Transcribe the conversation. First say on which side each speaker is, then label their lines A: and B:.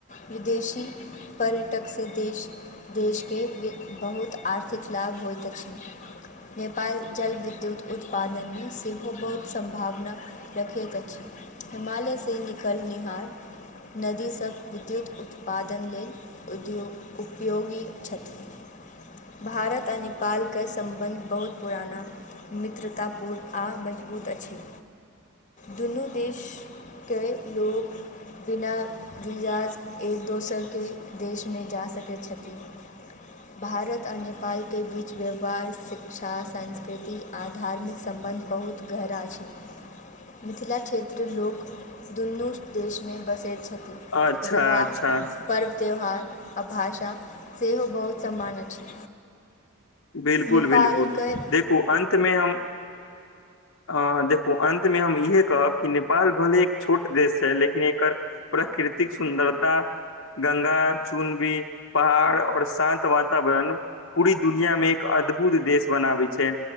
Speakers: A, on the left; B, on the left.
A: विदेशी पर्यटक से देश देशके वित बहुत आर्थिक लाभ होइत अछि नेपाल जल विद्युत उत्पादनमे सेहो बहुत सम्भावना रखैत अछि, हिमालय से निकलनिहार नदी सभ विद्युत उत्पादन लेल उद्योग उपयोगी छथि भारत आ नेपालके सम्बन्ध बहुत पुराना मित्रतापूर्ण आ मजबूत अछि दुनू देशके लोग बिना वीजाज एक दोसर के देशमे जा सकैत छथि भारत आर नेपाल के बीचमे व्यवहार, शिक्षा, संस्कृति आ धार्मिक सम्बन्ध बहुत गहरा छै मिथिला क्षेत्र क लोक दुनू देशमे बसैत छथिन
B: अच्छा
A: विवाह
B: अच्छा
A: पर्व त्यौहार आ भाषा सेहो बहुत समान अछि
B: बिलकुल
A: नेपाल
B: बिलकुल
A: कए
B: देखू अंतमे हम अ देखू अन्तमे हम इएह कहब कि नेपाल भले एक छोट देश छै लेकिन एकर प्राकृतिक सुन्दरता, गंगा चुनबी पहाड़ और शान्त वातावरण पूरी दुनियामे एक अद्भुत देश बनाबै छैय।